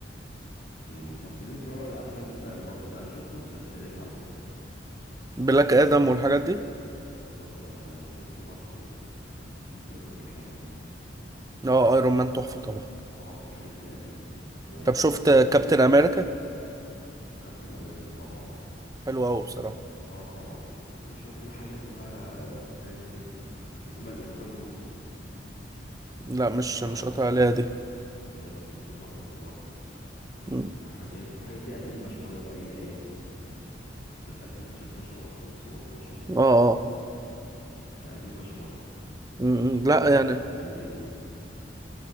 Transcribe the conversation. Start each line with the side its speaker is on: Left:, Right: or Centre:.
Left: مم. طب بالنسبه بقى لافلام مارفل انا شفت مسلسلات على فكره ليه
Right: بلاك
Left: يعني
Right: ادم
Left: عندك
Right: والحاجات دي
Left: بالظبط اه يعني شفت برضو كان في الراجل الحديدي
Right: اه ايرون مان تحفة طبعا
Left: اه الحاجات القديمة دي وشفت
Right: طب شفت كابتن امريكا
Left: وكابتن امريكا طبعا
Right: حلو قوي بصراحة
Left: اه طبعا وخ- وشفنا حاجة اسمها لو فاكر اسمها الاخوان روسو
Right: لا مش
Left: بتاع
Right: مش قاطع عليها دي
Left: ده كريستوفر ماركوس وشفنا
Right: مم.
Left: حاجات الحاجات دي قديمة شوية بقى ايه ايام آه، كانت 2016 و2017
Right: اه اه
Left: فقديمة شوية
Right: مم.
Left: وشفنا
Right: لا يعني
Left: ايه تاني